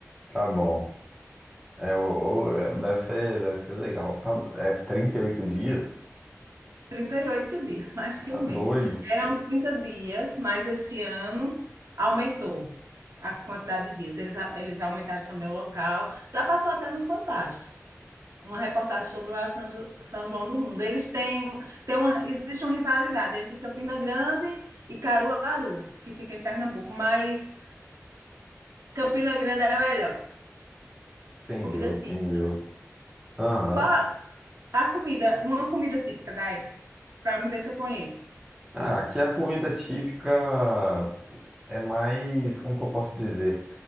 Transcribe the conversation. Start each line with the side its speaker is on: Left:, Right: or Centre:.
Centre: tá bom. É, o- o- é, deve ser, deve ser legal. Tá, é 38 dias?
Right: 38 dias, <laughs> mais
Centre: Tá
Right: que um
Centre: doido.
Right: mês. Eram 30 dias, mas esse ano aumentou a quantidade de dias. Eles, a- eles aumentaram também o local. Já passou até no Fantástico. uma reportagem sobre o maior São, São João do mundo. Eles têm, têm uma, existe uma rivalidade entre Campina Grande e Caruaru, que fica em Pernambuco, mas Campina Grande é a melhor.
Centre: Entendeu,
Right: Comida
Centre: entendeu.
Right: típica.
Centre: Aham.
Right: Qual a comida, uma comida típica daí? Para me ver se eu conheço.
Centre: Ah, aqui a comida típica é mais, como que eu posso dizer?